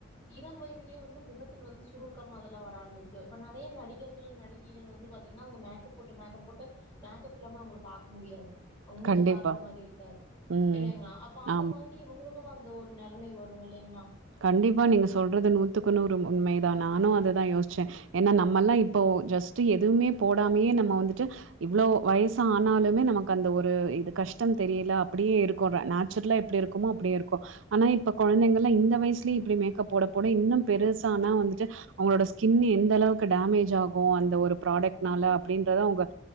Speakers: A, on the left; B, on the right.
A: இளம் வயதிலேயே வ ந்து முகத்தில் வந்து சுருக்கம் அதல்லா வர ஆரம்பிக்கு இப்ப நெறைய நடிகர்கள் நடிகைகள் வந்து பாத்தீங்கன்னா அவுங்க மேக் கப் போட்டு மேக்கப் போட்டு மேக்கப் இல்லாம அவுங்கள பாக்க முடியாது அவுங்க மூஞ்சிய
B: கண்டிப்பா
A: பாக்குற மாரி இருக்காது
B: ம்
A: இல்லைங்ளா அப்ப அந்த
B: ஆமா
A: மாரி இவுங்களுக்கு அந்த ஒரு நெலமை வரும் இல்லைங்ளா
B: கண்டிப்பா நீங்க சொல்றது நூத்துக்குன்னூறு உண்மைதா நானு அதுதா யோசிச்சே ஏனா நம்மல்லா இப்போ ஜஸ்ட் எதுவுமே போடாமயே நம்ம வந்துட்டு இவ்ளோ வயசா ஆனாலுமே நமக்கு அந்த ஒரு இது கஷ்டம் தெரில அப்டியே இருக்குற நா ச்சுருலா எப்டி இருக்குமோ அப்டி இருக்கோ ஆனா இப்ப கொழந்தைங்கல்லா இந்த வயசுல இப்டி மேக்கப் போடபோட இன்னு பெருசானா வந்துட்டு அவுங்களோட ஸ்கின் எந்தளவுக்கு டேமேஜ் ஆகு அந்த ஒரு ப்ராடக்ட்னால அப்டின்றத அவுங்க